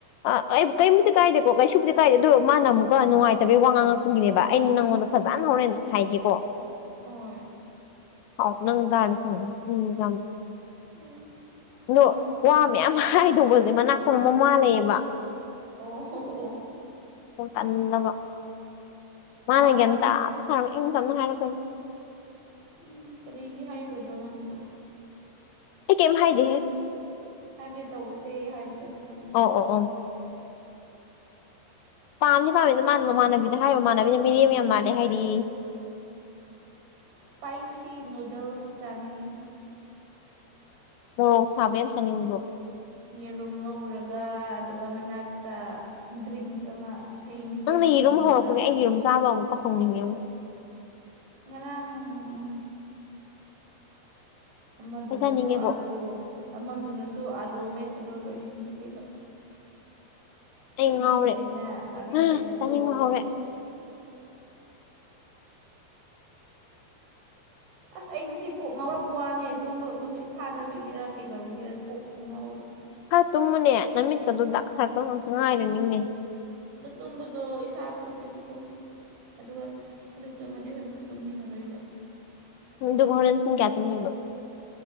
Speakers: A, on the left (about 80°); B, on the right (about 80°).
A: ꯑ ꯑꯩ ꯀꯔꯤꯃꯗꯤ ꯀꯥꯏꯗꯦꯀꯣ ꯀꯩꯁꯨꯕꯨꯗꯤ ꯀꯥꯏꯗꯦ ꯑꯗꯣ ꯃꯥꯅ ꯑꯃꯨꯛꯀ ꯅꯨꯡꯉꯥꯏꯇꯕꯒꯤ ꯋꯥ ꯉꯥꯡꯉꯛꯄꯒꯤꯅꯦꯕ ꯑꯩꯅ ꯅꯪꯉꯣꯟꯗ ꯐꯖꯅ ꯍꯣꯔꯦꯟ ꯍꯥꯏꯒꯦꯀꯣ
B: ꯍ
A: ꯍꯥꯎ ꯅꯪ ꯑ ꯎꯝ
B: ꯎꯝ ꯕꯦꯔꯥ
A: ꯑꯗꯣ
B: ꯀꯥꯏꯅ
A: ꯋꯥ ꯃꯌꯥꯝ ꯍꯥꯏꯗꯧꯕꯁꯦ ꯃꯅꯥꯛꯇ ꯃ ꯃꯥꯥꯜ ꯂꯩꯑꯦꯕ
B: ꯑꯣꯍꯣ
A: ꯇꯥꯅꯤꯡꯂꯕ ꯃꯥꯅ
B: ꯃꯃꯥ
A: ꯒ ꯑꯝꯇꯥꯕ ꯁꯥ ꯏꯪ ꯇꯝꯅ ꯍꯥꯏꯔꯛꯄ ꯑ
B: ꯎꯝ ꯀꯔꯤꯒꯤ ꯍꯥꯏꯨꯔꯕ꯭ꯔꯣ ꯅꯪꯕꯨ
A: ꯍ ꯀꯦꯝ ꯍꯥꯏꯗꯤꯦꯍꯦ
B: ꯍꯥꯏꯕꯗꯤ ꯇꯧꯁꯦ ꯍꯥꯏꯕꯗꯣ ꯑꯗꯨ ꯍꯥꯏꯕꯅꯦ
A: ꯑꯣ ꯑꯣ ꯑꯣ ꯄꯥꯝꯗꯤ ꯄꯥꯝꯃꯤꯗꯣ ꯃꯃꯥꯟꯅꯕꯤꯗ ꯍꯥꯏꯣꯃꯅꯕꯤꯗ ꯃꯤꯔꯦꯝ ꯌꯥꯝ ꯃꯥꯜꯂꯦ ꯍꯥꯏꯗꯤ
B: ꯏꯁꯄꯥꯏꯁꯤꯤ ꯅꯨꯗꯜꯁ ꯆꯥꯅꯤꯡꯉꯦ
A: ꯃꯣꯔꯣꯛ ꯁꯥꯕꯅ ꯆꯪꯅꯤꯡꯕ꯭ꯔꯣ
B: ꯌꯦꯔꯨꯝ ꯉꯧꯔꯒ ꯑꯗꯨꯒ ꯃꯅꯥꯛꯇ ꯗ꯭ꯔꯤꯡꯁ ꯑꯃ ꯍꯩ ꯃꯍꯤ
A: ꯅꯪꯅ
B: ꯑꯃ
A: ꯌꯦꯔꯨꯝ
B: ꯊꯝꯂꯒ
A: ꯍꯧꯔꯛꯄꯒꯤ ꯑꯩ ꯌꯦꯔꯨꯝ ꯆꯥꯕ ꯑꯃꯨꯛꯀꯥꯎ ꯍꯧꯅꯤꯡꯉꯦ ꯑꯃꯨꯛ
B: ꯉꯂꯥꯡ ꯎ ꯑꯃꯗꯨꯅꯁꯨ
A: ꯑꯩ ꯆꯥꯅꯤꯡꯉꯦꯕꯣ
B: ꯑꯥꯂꯨ ꯑꯃꯗꯨꯅꯁꯨ ꯑꯂꯨ ꯔꯣꯃꯦꯠꯄꯗꯣ ꯂꯣꯏꯁꯤꯟꯈꯤꯕ
A: ꯑꯩ
B: ꯆꯥꯅꯤꯡꯗ꯭ꯔꯦꯅ
A: ꯉꯥꯎꯔꯦ
B: ꯆꯥꯅꯤꯡꯗ꯭ꯔꯦꯅ
A: ꯍꯥ ꯆꯥꯅꯤꯡꯕ
B: ꯇꯣꯛꯑꯒ
A: ꯍꯧꯔꯦ
B: ꯑꯁ ꯑꯩ ꯉꯁꯤ ꯀꯣꯛ ꯉꯥꯎꯔꯛꯄ ꯋꯥꯅꯦ ꯇꯨꯝꯁꯤꯠ ꯐꯥꯗꯕꯤꯒꯤꯔꯥ ꯀꯩꯗꯧꯕꯒꯤꯔ ꯀꯣꯛ ꯈꯣꯡꯉꯥꯎꯎꯗꯣ
A: ꯈꯔ ꯇꯨꯝꯃꯨꯅꯦ ꯅꯨꯃꯤꯠꯇꯗꯨꯗ ꯁꯥꯔꯄ ꯉꯛꯇ ꯉꯥꯏꯔꯅꯤꯅꯦ
B: ꯇꯨꯝꯕꯗꯣ ꯏꯁꯥ ꯐꯕꯒꯤꯀꯣ ꯑꯗꯨꯒ ꯍꯧꯖꯤꯛ ꯇꯨꯝꯃꯗꯤ ꯍꯖꯤꯣꯏ ꯑꯃꯨꯛ ꯇꯨꯝꯅꯤꯡꯉꯔꯣꯏꯕ
A: ꯗꯨ ꯍꯔꯦꯟ ꯇꯨꯡ ꯀꯦꯇꯣꯟ ꯌꯕꯣ